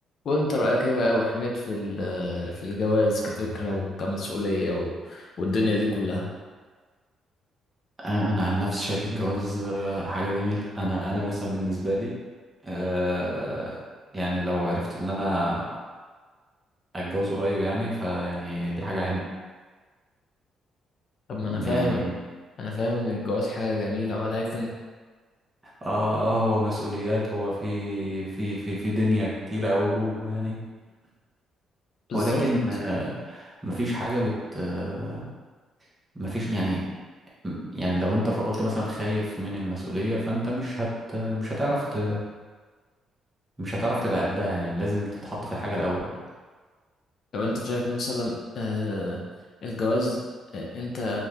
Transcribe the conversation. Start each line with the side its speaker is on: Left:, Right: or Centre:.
Left: وانت رأيك ايه بقى يا أبو حميد في ال- في الجواز كفكرة وكمسؤولية و- والدنيا دي كلها
Right: آه، انا عن نفسي شايف الجواز آه، حاجه جميله انا انا مثلا بالنسبه لي آه، يعني لو عرفت ان انا اتجوز قريب يعني فيعني دي حاجه حلوه
Left: طب ما انا فاهم
Right: يعني
Left: انا فاهم ان الجواز حاجة جميلة ولكن
Right: اه آه، هو مسؤوليات هو في في في في دنيا كتيره قوي جوه يعني
Left: بالظبط
Right: ولكن آه، مفيش حاجه بت آه، مفيش يعني يعني لو انت فضلت مثلا خايف من المسؤوليه فانت مش هت مش هتعرف ت... مش هتعرف تبقى قدها يعني لازم تتحط في الحاجه الاول
Left: طب انت شايف مثلا آه، الجواز آه، انت